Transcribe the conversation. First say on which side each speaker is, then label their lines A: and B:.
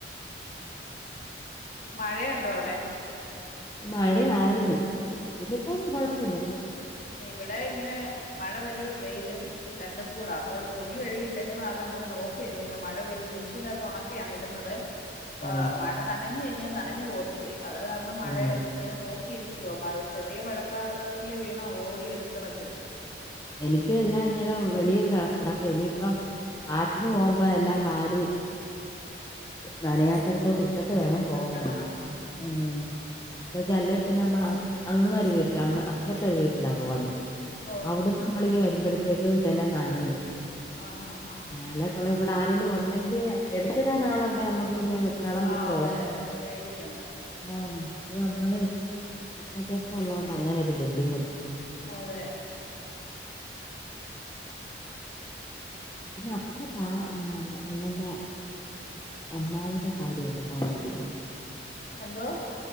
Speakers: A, on the left; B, on the left.
A: മഴയുണ്ടോ അവിടെ
B: മഴയാരുന്നു പിന്നെയിപ്പം കുഴപ്പില്ല
A: ഇവിടെ ഇങ്ങനെ മഴ വരും വെയിലും രണ്ടും കൂടാ. അപ്പൊ തുണി കഴികിട്ടേക്ക്ന്ന കാരണം ഇങ്ങനെ നോക്കി നിക്ക്ന്ന് മഴ പെയ്യും മെഷീന്റാത്ത് ഒണ ക്കിയാണ് ഇട്ന്നത്
B: ആ,
A: ഈഹ് മഴ നനഞ്ഞ് കഴിഞ്ഞാൽ നനഞ്ഞു പോകത്തില്ലേ? അത് കാരണം
B: പിന്നെ
A: മഴ ഇങ്ങനെ നോക്കിയിരി ക്കുവാ. മഴ ചെറിയ മഴക്കാത്തുള്ളി വീണാ ഓടി എടുക്കണം ചെന്ന്
B: എനിക്കു എല്ലാ ഇങ്ങനെ വെളീ കിടക്കുവാ ഇനിയിപ്പം പാട്ടിന് പോകുമ്പോ എല്ലാം വാരി നനയാത്തടത്തോട്ടിട്ട് ഇട്ട്ട്ട് വേണം പോവാന്.
A: വെക്കണം ആ
B: ആഹ് എന്താ വച്ചാ അല്ലേ പിന്നെ നമ്മളങ്‌ അങ്ങൊരു വീട്ടിലാ അങ്ങ് അപ്പറത്തൊരു വീട്ടിലാ പോന്നെ
A: ഓ
B: അവിടുന്ന് നമ്മളിങ്ങ് വരുമ്പഴത്തേക്ക് ഇതെല്ലാം നനയും
A: ആഹ് ആഹ് ഹാ
B: നാളെ കൊള്ളാം ഇവിടെ ആരേലും ഉണ്ടെങ്കി എടുത്തിടാൻ ആളുണ്ടേ അമ്മക് പിന്നെ വെപ്രാളം
A: ആ
B: പിടിച്ച്
A: അതെ
B: ഓടണ്ട.
A: പേടിക്കണ്ട
B: ആ അത് നമ്മള് ഒറ്റക്കൊക്കെ ഉള്ളത് കൊണ്ട് അങ്ങനൊരു ബുദ്ധിമുട്ടാ
A: ഓ, അതെ
B: പിന്നെ അപ്പുറത്താ ഈഹ് അണ്ണന്റെ അമ്മാവന്റെ ഭാര്യയൊക്കെ താമസിക്കുന്ന്
A: എന്തോ